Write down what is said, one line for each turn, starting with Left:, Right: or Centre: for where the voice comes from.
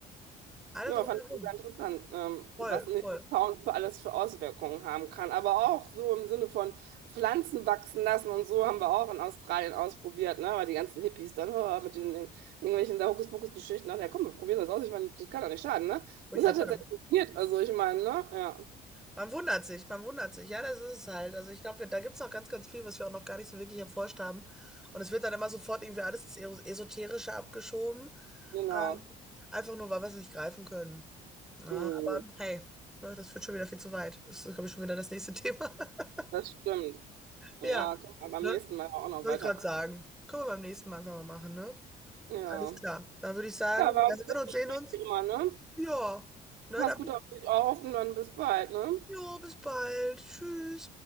Centre: alle
Right: Ja,
Centre: drumherum.
Right: fand ich sehr interessant, ähm,
Centre: Voll,
Right: was ein
Centre: voll.
Right: Sound für alles für Auswirkungen haben kann. Aber auch so im Sinne von Pflanzen wachsen lassen und so haben wir auch in Australien ausprobiert, ne? Weil die ganzen Hippies dann oh, mit den ir- irgendwelchen da Hokuspokus-Geschichten, ach ja, komm, wir probieren das aus. Ich meine, das kann doch nicht schaden, ne?
Centre: Wollte
Right: Das
Centre: ich gerade
Right: hat
Centre: sagen.
Right: tatsächlich funktioniert. Also ich meine, ne? Ja,
Centre: Man wundert sich, man wundert sich. Ja, das ist es halt. Also ich glaube, wir- da gibt es auch ganz, ganz viel, was wir auch noch gar nicht so wirklich erforscht haben. Und es wird dann immer sofort irgendwie alles ins Ero- Esoterische abgeschoben.
Right: genau.
Centre: Ähm, einfach nur, weil wir es nicht greifen können. Na,
Right: Mm,
Centre: aber hey, das führt schon wieder viel zu weit. Das ist, glaube ich, schon wieder das nächste Thema. <laughs>
Right: das stimmt. Ja,
Centre: Ja,
Right: komm mal beim
Centre: ne?
Right: nächsten Mal auch noch
Centre: Soll
Right: weiter.
Centre: ich gerade sagen. Können wir beim nächsten Mal einfach mal machen, ne?
Right: Ja.
Centre: Alles klar. Dann würde ich sagen,
Right: Ja,
Centre: wir
Right: war ein gutes
Centre: hören uns,
Right: Gespräch
Centre: sehen uns.
Right: wie immer, ne?
Centre: Ja, ne,
Right: Pass
Centre: dann
Right: gut
Centre: bis,
Right: auf dich auf und dann bis bald, ne?
Centre: jo, bis bald. Tschüss.